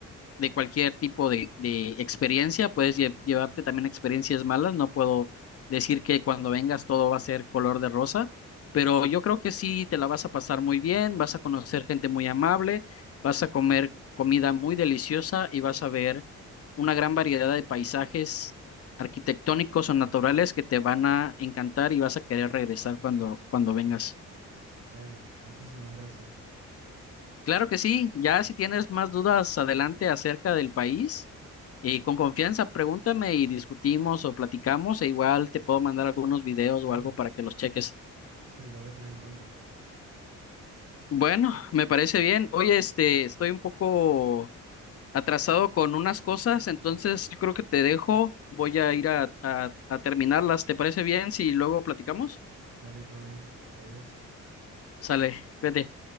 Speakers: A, on the left; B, on the right.
A: de cualquier tipo de, de experiencia, puedes lle- llevarte también experiencias malas, no puedo decir que cuando vengas todo va a ser color de rosa, pero yo creo que sí te la vas a pasar muy bien, vas a conocer gente muy amable, vas a comer comida muy deliciosa y vas a ver una gran variedad de paisajes arquitectónicos o naturales que te van a encantar y vas a querer regresar cuando, cuando vengas.
B: Dale, muchísimas gracias.
A: Claro que sí, ya si tienes más dudas adelante acerca del país, eh, con confianza pregúntame y discutimos o platicamos e igual te puedo mandar algunos videos
B: Dale,
A: o algo para que los cheques.
B: sí, lo voy a tener en cuenta.
A: Bueno, me parece bien. Oye, este, estoy un poco atrasado con unas cosas, entonces yo creo que te dejo. Voy a ir a, a, a terminarlas. ¿Te parece bien si luego platicamos?
B: Dale, todo bien. Adiós.
A: Sale, cuídate.